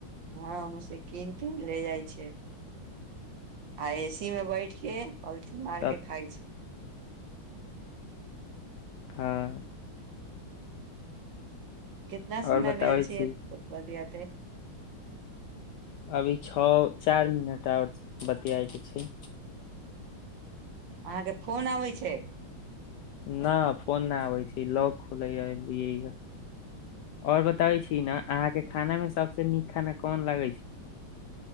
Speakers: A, on the right; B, on the left.
A: हं मुसी कीन तीन ले जाइ छै आ एसी मे बैठ क पलथि मारके
B: तब
A: खाय छ
B: ह
A: कितना
B: और
A: समय
B: बताबै
A: भेल
B: छी
A: छै भैया त
B: अभी छओ चार मिनट आओर बतियाए के छ
A: अहाँके फोन अबय छ
B: न फोन नहि आबै छै लॉक खुलेा लिय य और बताबै छी ने अहाँ के खाना में सबसे नीक खाना कोन लागै छ